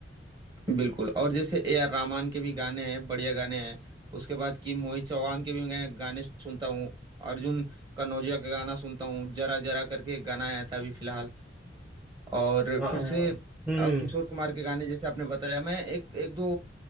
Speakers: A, on the right; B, in the centre.
A: बिल्कुल और जैसे ए आर रहमान के भी गाने हैं बढ़िया गाने हैं उसके बाद कि मोहित चौहान के भी मैं गाने सुनता हूँ अर्जुन कनौजिया का गाना सुनता हूँ जरा जरा करके एक गाना आया था अभी फिलहाल और
B: हाँ
A: फिर
B: हाँ, हाँ।
A: से
B: हम्म
A: अ, किशोर कुमार के गाने जैसे आपने बताया मैं एक एक दो